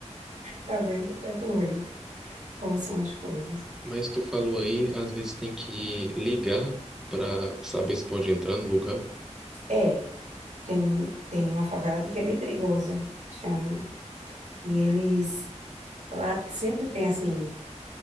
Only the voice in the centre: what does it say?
Mas tu falou aí, às vezes tem que ligar pra saber se pode entrar no lugar.